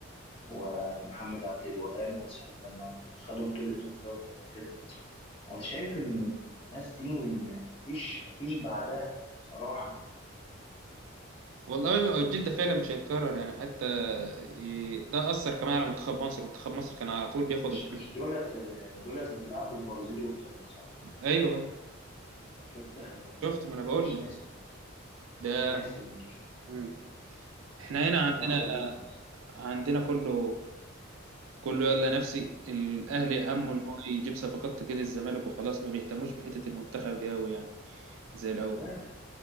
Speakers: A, on the left; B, on the right.
A: ومحمد عبد الوهاب وساعه لما خدوا بطوله افريقيا وكده انا شايف ان الناس دي مفيش مفيش بعدها بصراحه
B: والله الجيل ده فعلا مش هيتكرر يعني حتى ي- ده أثر كمان على منتخب مصر منتخب مصر كان على طول بياخد
A: مش
B: افريقيا
A: مش دولت دولت اللي لعبوا البرازيل وايطاليا صح
B: ايوه
A: شفت حاجة.
B: شفت ما انا بقول
A: مش
B: لك
A: ناسي
B: ده
A: مش ناسي الماتش ده.
B: مم. احنا هنا
A: كانت
B: عندنا
A: جامده جدا بصراحه
B: عندنا كله كله يلا نفسي الاهلي همه
A: مم.
B: ان هو يجيب صفقات كده الزمالك وخلاص ما بيهتموش بحته المنتخب دي قوي يعني زي الاول
A: لا لا